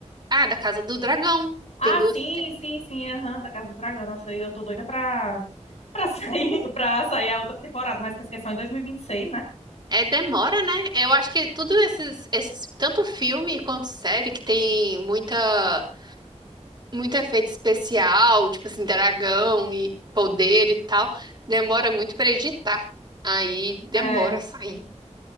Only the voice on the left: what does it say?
Ah,
sim, sim, sim, aham, da Casa do Dragão. Nossa, eu tô doida pra, pra <laughs> sair, pra sair a outra temporada, mas parece que é só em 2026, né?
É,